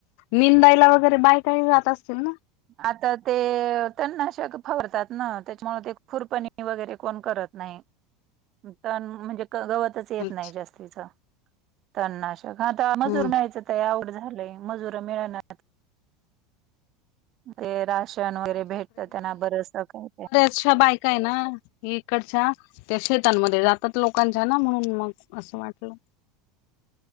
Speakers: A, on the left; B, on the right.
A: निंदायला वगैरे बायका ही जात असतील ना?
B: आता ते तन्नाशके फवारतात ना. त्याच्यामुळे ते खुरपणी वगैरे कोण करत नाय.
A: <unintelligible>
B: तन म्हणजे गवतच. च येत
A: अच्छा.
B: नाय जास्तीच. तंननाषक, आता मजूर
A: हम्म.
B: न्हायचं लय अवघड झालंय, मजुर मिळानात. ते राशन वगैरे भेटत त्यांना. बारस काय काय.
A: च्या बायकाय ना, इकडच्या त्या शेतांमध्ये जातात लोकांच्या ना. म्हणून मग अस वाटलं.